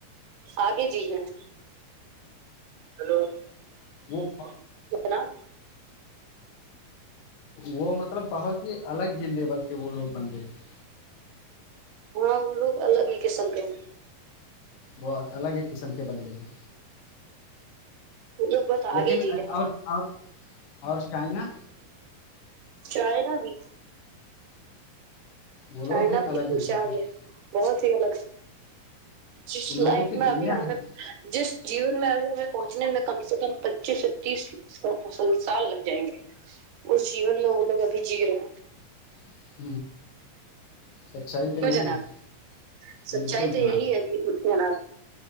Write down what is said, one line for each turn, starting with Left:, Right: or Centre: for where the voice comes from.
Right: آگے جینا ہے ہلونا
Left: وہ
Right: <inaudible>
Left: وہ مطلب بہت ہی الگ ہی لیول کے وہ لوگ بنتے ہیں ہوں <inaudible>
Right: ہاں وہ لوگ الگ ہی قسم کے ہیں
Left: وہ الگ ہی قسم کے بن گے ہیں
Right: اگ بت
Left: لیکن
Right: آگے دیر
Left: اور اور اور چائنا
Right: چائےنا بھی
Left: وہ لوگ
Right: چائنا
Left: بھی
Right: پیھے
Left: الگ ہی جیتے
Right: آگے
Left: ہیں،
Right: بہت ہی الگ ہے جس
Left: ان
Right: لائف
Left: لوگوں کی
Right: میں
Left: دنیا
Right: ابھی ہمیں
Left: ہے
Right: جس جیون میں ابھی ہمیں پہنچنے میں کم سے کم پچیس سے تیس سال لگ جائیں گے وہ جیون میں ان لوگ کابھی جی رہا
Left: <inaudible> سچائی تو
Right: کیوں
Left: یہی
Right: جناب
Left: ہے
Right: سچائی
Left: بالکل
Right: تو
Left: جناب
Right: یہی ہے جی جناب